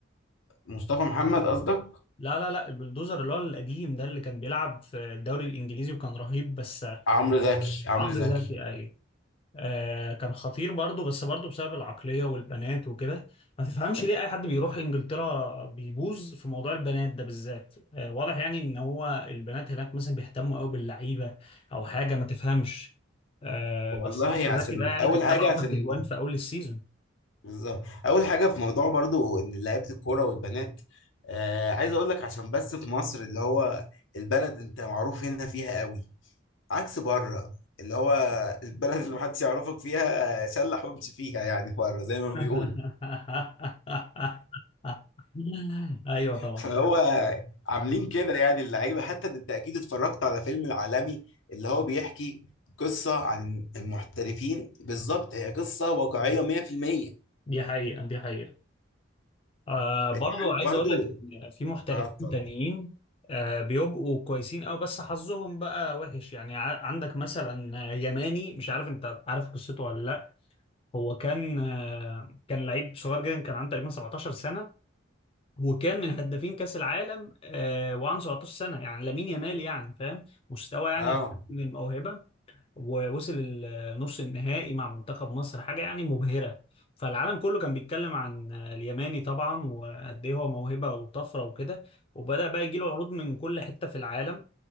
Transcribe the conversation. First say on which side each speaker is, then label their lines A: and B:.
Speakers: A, on the left; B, on the left.
A: مصطفى محمد قصدك
B: لا لا لا البلدوزر اللي هو القديم ده اللي كان بيلعب في الدوري الإنجليزي وكان رهيب بس آه،
A: عمرو زكي عمرو
B: عمرو
A: زكي
B: زكي أيوه آه كان خطير برضه بس برضه بسبب العقلية والبنات وكده ما تفهمش ليه أي حد بيروح إنجلترا بيبوظ في موضوع البنات ده بالذات آه واضح يعني إن هو البنات هناك مثلا بيهتموا قوي باللعيبة أو حاجة ما تفهمش آه
A: والله
B: بس عمرو
A: عشان
B: زكي ده يعني
A: اول
B: كان
A: حاجه
B: جاب 10
A: عشان
B: تجوان في أول السيزون
A: بالظبط اول حاجه في موضوع برضو ان لعيبه الكوره والبنات آه عايز اقول لك عشان بس في مصر اللي هو البلد انت معروف هنا فيها قوي عكس بره اللي هو البلد اللي محدش يعرفك فيها آه، شلح وامشي فيها يعني بره زي ما
B: <laughs>
A: بيقولوا
B: أيوه طبعا
A: فهو عاملين كده يعني اللعيبه حتى انت اكيد اتفرجت على فيلم العالمي اللي هو بيحكي قصه عن المحترفين بالظبط هي قصه واقعيه 100%
B: دي حقيقة دي حقيقة آه برضو
A: انت عارف
B: عايز
A: برضو
B: اقول لك ان في محترفين
A: اه اتفضل
B: تانيين آه بيبقوا كويسين قوي بس حظهم بقى وحش يعني ع- عندك مثلا يماني مش عارف انت عارف قصته ولا لا هو كان آه كان لعيب صغير جدا كان عنده تقريبا 17 سنة وكان من هدافين كأس العالم آه وعنده 17 سنة يعني لامين يامال يعني فاهم مستوى يعني
A: اه
B: من الموهبة ووصل النص النهائي مع منتخب مصر حاجة يعني مبهرة فالعالم كله كان بيتكلم عن اليماني طبعا وقد ايه هو موهبة وطفرة وكده وبدأ بقى يجيله عروض من كل حتة في العالم